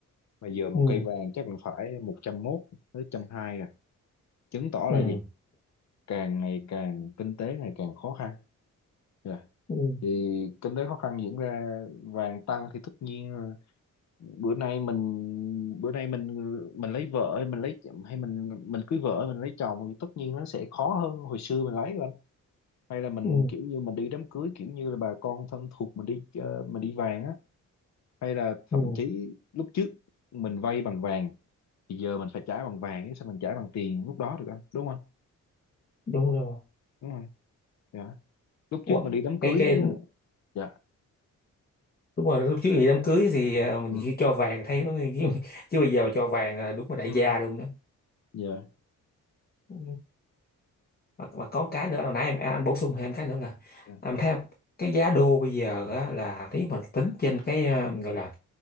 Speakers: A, on the left (about 60°); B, on the left (about 30°).
A: mà giờ một
B: ừ
A: cây vàng chắc cũng phải 101 tới 120 rồi chứng tỏ
B: ừ
A: là gì càng ngày càng kinh tế ngày càng khó khăn Dạ.
B: ừ
A: thì kinh tế khó khăn diễn ra vàng tăng thì tất nhiên bữa nay mình bữa nay mình mình lấy vợ hay mình lấy hay mình mình cưới vợ hay mình lấy chồng thì tất nhiên nó sẽ khó hơn hồi xưa mình lấy rồi anh. hay là mình
B: ừ,
A: kiểu như mình đi đám cưới kiểu như là bà con thân thuộc mình đi ờ, mình đi vàng á hay là
B: ừ.
A: thậm chí lúc trước mình vay bằng vàng thì giờ mình phải trả bằng vàng chứ sao mình trả bằng tiền lúc đó được anh đúng không
B: đúng rồi
A: đúng rồi dạ lúc
B: Ủa,
A: trước mình đi đám
B: cái
A: cưới
B: cái
A: á, dạ
B: đúng rồi lúc trước thì đám cưới thì à, mình
A: ừ
B: khi cho vàng thấy nó <laughs> chứ, chứ bây giờ mà cho vàng là đúng là đại
A: ừ
B: gia luôn đó
A: dạ
B: ừ. mà, mà có cái nữa hồi nãy em anh bổ sung thêm cái nữa là
A: dạ
B: em thấy không cái giá đô bây giờ á, là nếu mà tính trên cái à, gọi là